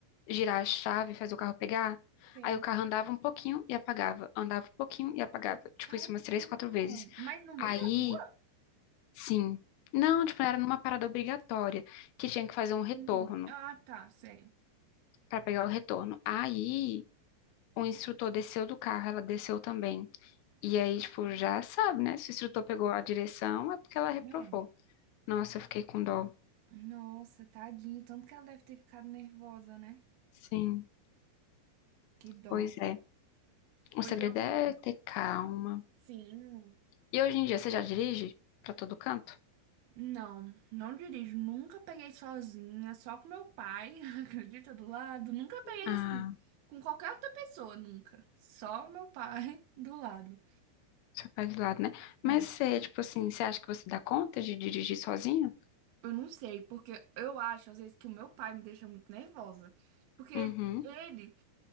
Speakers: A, on the left; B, on the right.
A: girar a chave, fazer o carro pegar.
B: sei.
A: Aí o carro andava um pouquinho e apagava, andava um pouquinho e apagava. Tipo,
B: Tadinha.
A: isso umas três, quatro vezes.
B: Mas no meio
A: Aí,
B: da rua?
A: sim. Não, tipo, era numa parada obrigatória, que tinha que fazer um retorno,
B: Hum, Ah, tá, sei.
A: pra pegar o retorno. Aí, o instrutor desceu do carro, ela desceu também. E aí, tipo, já sabe, né? Se o instrutor pegou a direção, é porque ela reprovou.
B: É.
A: Nossa, eu fiquei com dó.
B: Nossa, tadinho, tanto que ela deve ter ficado nervosa, né?
A: Sim,
B: Que dó.
A: pois é.
B: Pois
A: O segredo
B: eu
A: é
B: vi.
A: ter calma.
B: Sim.
A: E hoje em dia, você já dirige pra todo canto?
B: Não, não dirijo. Nunca peguei sozinha, só com meu pai, <laughs> acredita, do lado. Nunca peguei
A: Ah.
B: assim, com qualquer outra pessoa, nunca. Só o meu pai <laughs> do lado.
A: Ficar de lado, né?
B: É.
A: Mas você, tipo assim, você acha que você dá conta de dirigir sozinho?
B: Eu não sei, porque eu acho, às vezes, que o meu pai me deixa muito nervosa. Porque ele,
A: Uhum.
B: ele,